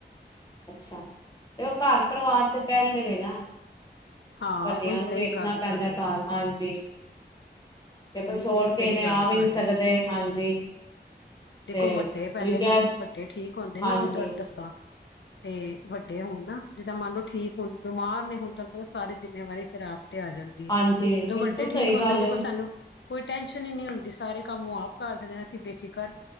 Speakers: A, on the left; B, on the left.
A: ਅੱਛਾ ਤੇ ਉਹ ਘਰ ਪਰਿਵਾਰ ਤੇ ਪਹਿਲੇ ਵੇ ਨਾ
B: ਹਾਂ
A: ਵੱਡੀਆਂ
B: ਉਹੀ
A: ਨੂੰ
B: ਸਹੀ
A: ਵੇਖਣਾ
B: ਗੱਲ ਹੈ
A: ਪੈਂਦਾ
B: ਤੁਹਾਡੀ
A: ਘਰ ਹਾਂਜੀ ਦੇਖੋ
B: ਉਹੀ
A: ਛੋੜ
B: ਨਹੀਂ
A: ਕਿਵੇਂ
B: ਸਹੀ ਗੱਲ
A: ਆ ਵੀ
B: ਤੁਹਾਡੀ
A: ਨੀ ਸਕਦੇ ਹਾਂਜੀ
B: ਦੇਖੋ
A: ਤੇ
B: ਵੱਡੇ ਪਹਿਲੇ
A: ਗੈਸ
B: ਹੁਣ ਵੱਡੇ ਠੀਕ ਹੁੰਦੇ ਨਾ
A: ਹਾਂਜੀ
B: ਮੈਂ ਤੁਹਾਨੂੰ ਦੱਸਾਂ ਤੇ ਵੱਡੇ ਹੋੁਣ ਨਾ ਜਿੱਦਾਂ ਮੰਨ ਲਓ ਠੀਕ ਹੁਣ ਬਿਮਾਰ ਨੇ ਹੁਣ ਤੁਹਾਨੂੰ ਪਤਾ ਸਾਰੀ ਜਿੰਮੇਵਾਰੀ ਫਿਰ ਆਪ ਤੇ ਆ ਜਾਂਦੀ
A: ਹਾਂਜੀ,
B: ਜਦੋਂ
A: ਬਿਲਕੁਲ
B: ਵੱਡੇ
A: ਸਹੀ
B: ਠੀਕ ਹੁੰਦੇ
A: ਗੱਲ
B: ਦੇਖੋ
A: ਏ,
B: ਸਾਨੂੰ ਕੋਈ ਟੈਨਸ਼ਨ ਹੀ ਨੀ ਹੁੰਦੀ ਸਾਰੇ ਕੰਮ ਉਹ ਆਪ ਕਰਦੇ ਦੇਣਾ ਸੀ ਬੇਫਿਕਰ